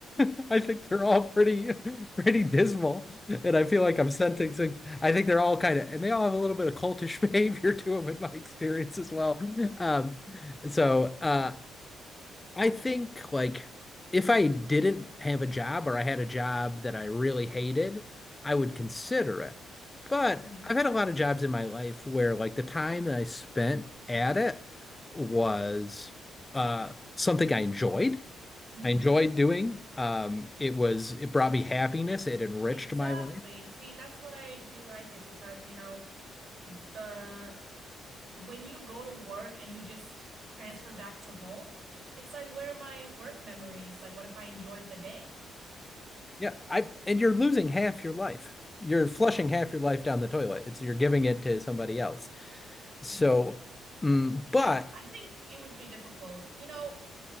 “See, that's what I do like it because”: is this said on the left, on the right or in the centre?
Right